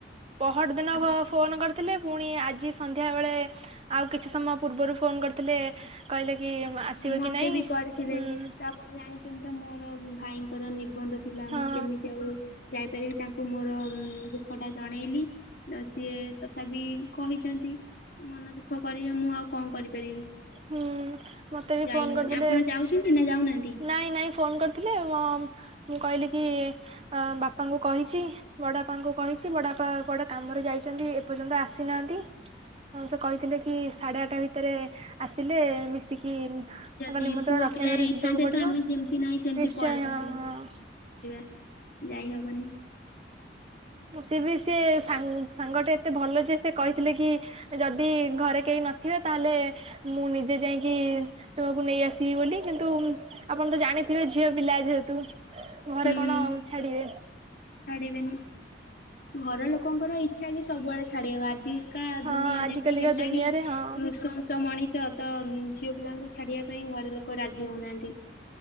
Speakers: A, on the right; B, on the left.
A: ପହରଦିନ
B: ଆପ
A: ଗ୍ ଫୋନ କରିଥିଲେ ପୁଣି ଆଜି ସନ୍ଧ୍ୟାବେଳେ ଆଉ କିଛି ସମୟ ପୂର୍ବରୁ ଫୋନ କରିଥିଲେ କହିଲେ କି ଆସିବ
B: ମତେ
A: କି ନାଇଁ
B: ବି କରିଥିଲେ।
A: ହୁଁ।
B: ତ ଆପଣ ଜାଣିଛନ୍ତି ତ ମୋର ଭାଇଙ୍କର ନିର୍ବନ୍ଧ ଥିଲା
A: ହଁ
B: ମୁଁ କେମିତି ଆଉ ଯାଇପାରିବି ତାଙ୍କୁ ମୋର ଦୁଃଖଟା ଜଣେଇଲି। ସିଏ ତଥାପି କହିଛନ୍ତି ମନ ଗାଦୁଃଖ କରେ ମୁଁ ଆଉ କଣ କରିପାରିବି।
A: ହୁଁ ମତେ ବି
B: ଯାଇ
A: ଫୋନ
B: ହବନି
A: କରିଥିଲେ
B: ଆପଣ ଯାଉଛନ୍ତି ନା ଯାଉନାହାନ୍ତି?
A: ନାଇଁ ନାଇଁ ଫୋନ କରିଥିଲେ ମୁଁ କହିଲି କି ସେ ବାପାଙ୍କୁ କହିଛି ବଡବାପାଙ୍କୁ କହିଛି ବଡବାପା କୁଆଡେ଼ କାମରେ ଯାଇଛନ୍ତି ଏପର୍ଯ୍ୟନ୍ତ ଆସିନାହାନ୍ତି। ହ ସେ କହିଥିଲେ କି ସାଢେ ଆଠାଟା ଭିତରେ ଆସିଲେ ମିଶିକି
B: ଯଦି
A: ନିମନ୍ତ୍ରଣ
B: ପୁଅ
A: ରକ୍ଷା
B: ପିଲା
A: କରି
B: ହେଇଥାନ୍ତେ
A: ଯିବାକୁ ପଡିବ
B: ତ ଆମେ ଯେମିତି ନାହିଁ ସେମିତି
A: ନିଶ୍ଚୟ
B: ପଳେଇଥାନ୍ତେ।
A: ହଁ ହଁ
B: ଝିଅ ପିଲା କରିବା ଯାଇ ହେବନି।
A: ସିଏ ବି ସେ ସା ସାଙ୍ଗଟେ ଏତେ ଭଲ ଯେ ସେ କହିଥିଲେ କି ଯଦି ଘରେ କେହି ନଥିବେ ତାହେଲେ ମୁଁ ନିଜେ ଯାଇକି ତୁମକୁ ନେଇ ଆସିବି ବୋଲି କିନ୍ତୁ ଆପଣ ତ ଜାଣିଥିବେ ଝିଅ ପିଲା ଯେହେତୁ ଘରେ
B: ହୁଁ
A: କଣ ଛାଡିବେ।
B: ଛାଡିବେନି ଘର ଲୋକଙ୍କର ଇଚ୍ଛା କି ସବୁଆଡେ ଛାଡିଆକୁ ଆଜିକା
A: ହଁ
B: ଦୁନିଆ
A: ଆଜିକାଲିକା
B: ଯେମିତି ହେଲାଣି
A: ଦୁନିଆରେ ହଁ
B: ନୃଶଂସ ମଣିଷ ତ ଝିଅ ପିଲାଙ୍କୁ ଛାଡ଼ିବା ପାଇଁ ଘର ଲୋକ ରାଜି ହୋଉନାହାନ୍ତି।